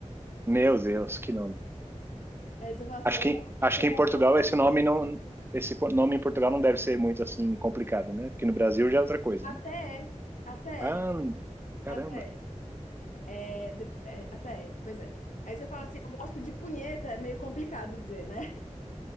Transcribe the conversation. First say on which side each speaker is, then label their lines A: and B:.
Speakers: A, on the right; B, on the left.
A: Meu Deus, que nome.
B: Aí você fala assim,
A: Acho
B: eu
A: que,
B: gosto,
A: acho
B: você
A: que
B: fala
A: em Portugal
B: assim, eu gosto
A: esse nome
B: de...
A: não, esse po- nome em Portugal não deve ser muito assim complicado, né? Porque no Brasil já é outra coisa,
B: Até
A: né?
B: é, até
A: Ah,
B: é,
A: caramba.
B: até é. É, de- é, até é, pois é. Aí você fala assim, eu gosto de punheta, é meio complicado dizer, né?